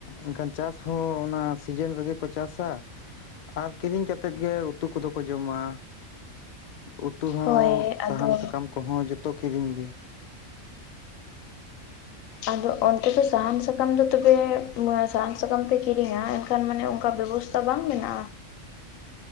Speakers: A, on the left; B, on the left.
A: ᱮᱱᱠᱷᱟᱱ ᱪᱟᱥ ᱦᱚᱸ ᱚᱱᱟ ᱥᱤᱡᱤᱱ ᱨᱮᱜᱮ ᱠᱚ ᱪᱟᱥᱟ ᱟᱨ ᱠᱤᱨᱤᱧ ᱠᱟᱛᱮᱫ ᱜᱮ ᱩᱛᱩ ᱠᱚᱫᱚ ᱠᱚ ᱡᱚᱢᱟ᱾ ᱩᱛᱩ ᱦᱚᱸ
B: ᱦᱳᱭ
A: ᱥᱟᱦᱟᱱ
B: ᱟᱫᱚ
A: ᱥᱟᱠᱟᱢ ᱠᱚᱦᱚᱸ ᱡᱚᱛᱚ ᱠᱤᱨᱤᱧ ᱜᱮ᱾
B: ᱟᱫᱚ ᱚᱱᱛᱮ ᱫᱚ ᱥᱟᱦᱟᱱ ᱥᱟᱠᱟᱢ ᱫᱚ ᱛᱚᱵᱮ ᱥᱟᱦᱟᱱ ᱥᱟᱠᱟᱢ ᱯᱮ ᱠᱤᱨᱤᱧᱟ ᱮᱱᱠᱷᱟᱱ ᱢᱟᱱᱮ ᱚᱱᱠᱟ ᱵᱮᱵᱚᱥᱛ ᱛᱟ ᱵᱟᱝ ᱢᱮᱱᱟᱜ-ᱟ